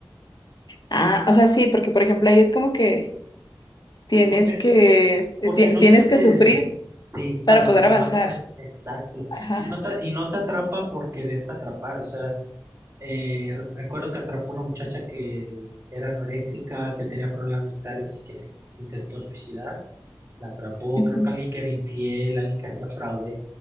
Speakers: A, on the left (about 60°); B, on the right (about 30°).
A: Ah, o sea, sí, porque por ejemplo ahí es como que tienes
B: Porque,
A: que, eh,
B: porque
A: ti-
B: no
A: tienes
B: te se...
A: que sufrir
B: Sí,
A: para
B: para
A: poder
B: salvarte,
A: avanzar.
B: exacto.
A: Ajá.
B: Y no te, y no te atrapa por quererte atrapar. O sea, eh, recuerdo que atrapó una muchacha que era anoréxica, que tenía problemas mentales y que se intentó suicidar. La atrapó,
A: Ujú.
B: creo que alguien que era infiel, alguien que hacía fraude.